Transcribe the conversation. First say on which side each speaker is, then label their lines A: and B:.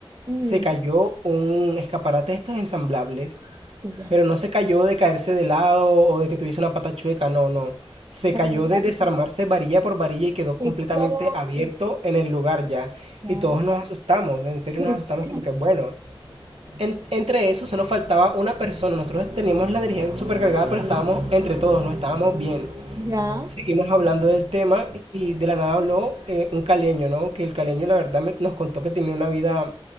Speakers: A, on the right; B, on the right.
A: Mm,
B: se cayó un escaparate de estos ensamblables
A: de verdad,
B: pero no se cayó de caerse de lado o de que tuviese una pata chueca, no, no. Se
A: para
B: cayó
A: adelante.
B: de desarmarse varilla por varilla y quedó
A: ¿Qué,
B: completamente
A: co-
B: abierto
A: qué
B: en el lugar ya.
A: cosa?
B: Y todos nos asustamos, en serio
A: Pero,
B: nos asustamos
A: <clears throat>
B: como
A: ¿qué?
B: que, bueno. En- entre eso solo faltaba una persona. Nosotros teníamos la energía supercargada, pero estábamos entre todos, no estábamos bien.
A: ya,
B: Seguimos hablando del tema y de la nada habló eh, un caleño, ¿no? Que el caleño la verdad me- nos contó que tenía una vida